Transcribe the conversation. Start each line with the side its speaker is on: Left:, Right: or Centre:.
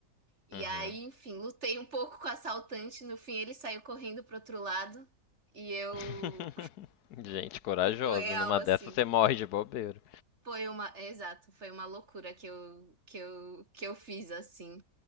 Right: E
Left: Uhum.
Right: aí, enfim, lutei um pouco com o assaltante. No fim, ele saiu correndo pro outro lado. E eu,
Left: <laughs> Gente corajosa,
Right: <laughs> foi real,
Left: numa
Right: assim.
Left: dessa você morre de bobeira.
Right: Foi uma, é, exato, foi uma loucura que eu, que eu, que eu fiz, assim,